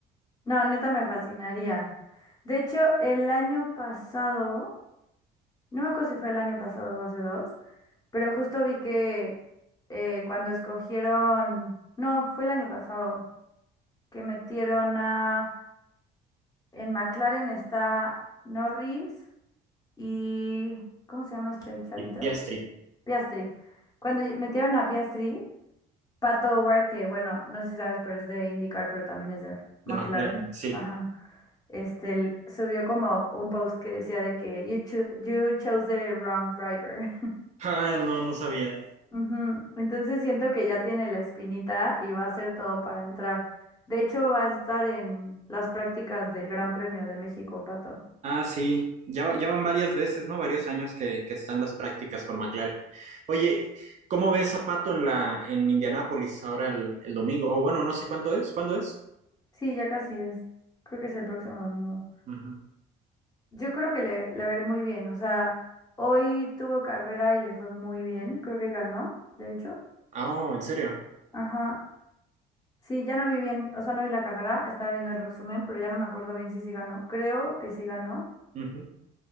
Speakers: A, on the left; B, on the right.
A: no, neta me fascinaría. De hecho, el año pasado, no me acuerdo si fue el año pasado o hace dos, pero justo vi que eh, cuando escogieron, no, fue el año pasado, que metieron a... En McLaren está Norris y... ¿Cómo se llama este chavito?
B: Y Piastri,
A: Piastri. Cuando ll- metieron a Piastri, Pato O'Ward, que bueno, no sé si sabes, pero es de IndyCar, pero también es de
B: de
A: McLaren.
B: McLaren, sí.
A: Ajá. Este, l- subió como un post que decía de que you, cho- you chose the wrong driver.
B: Ah, no, no sabía.
A: <laughs> Ujú. Entonces siento que ya tiene la espinita y va a hacer todo para entrar. De hecho, va a estar en las prácticas del Gran Premio de México, Pato.
B: Ah, sí, ya, va- ya van varias veces, ¿no? Varios años que, que están las prácticas con McLaren. Oye, ¿cómo ves a Pato en la, en Indianápolis ahora el, el domingo? O bueno, no sé cuánto es, ¿cuándo es?
A: Sí, ya casi es. Creo que es el próximo domingo.
B: Ujú.
A: Yo creo que le, le va a ir muy bien. O sea, hoy tuvo carrera y le fue muy bien. Creo que ganó, de hecho.
B: Ah, oh, ¿en serio?
A: Ajá. Sí, ya no vi bien, o sea, no vi la carrera, estaba viendo el resumen, pero ya no me acuerdo bien si sí ganó. Creo que sí ganó,
B: Ujú.